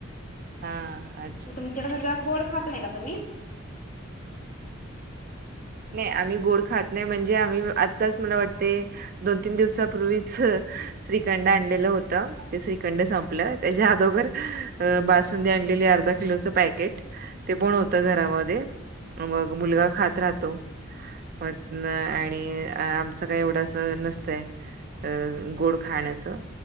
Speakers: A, on the right; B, on the left.
A: हा अ.
B: तुमच्यास जास् गोड खात नाही का तुम्ही
A: नाही आम्ही गोड खात नाही म्हणजे आम्ही आत्ताच मला वाटते दोन तीन दिवसापूर्वी श्रीखंड आणलेलं होत. त्या श्रीकंड संपलं त्याच्या अदोबर बासुंदी आणलेली अर्धा किलोचं पॅकेट ते पण होतं घरामध्ये मग मुलगा खात राहतो. म आणि आमचं काही एवढं अस नसतंय. अ गोड खाण्याचं